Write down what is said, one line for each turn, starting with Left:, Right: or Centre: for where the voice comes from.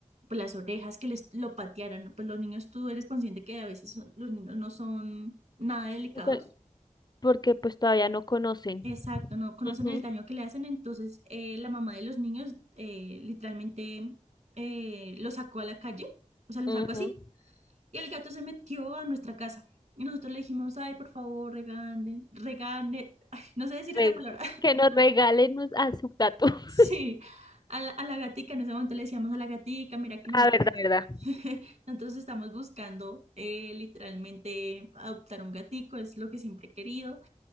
Right: pues las orejas, que les lo patearan. Pues los niños, tú eres consciente que a veces son- los niños no son nada delicados.
Left: O sea, Porque pues todavía no conocen.
Right: Exacto, no conocen
Left: Ujú,
Right: el daño que le hacen. Entonces eh, la mamá de los niños eh, literalmente eh, lo sacó a la calle, o sea, lo
Left: ujú.
Right: sacó así. Y el gato se metió a nuestra casa. Y nosotros le dijimos, ay, por favor, regane, regane, ay, no sé decir
Left: Re-
Right: esa palabra.
Left: que nos regalen nos- a su gato. <laughs>
Right: Sí, a la, a la gatica, en ese momento le decíamos a la gatica, mira que nosotros,
Left: Ah, verdad, verdad.
Right: <laughs> nosotros estamos buscando eh, literalmente adoptar un gatico, es lo que siempre he querido.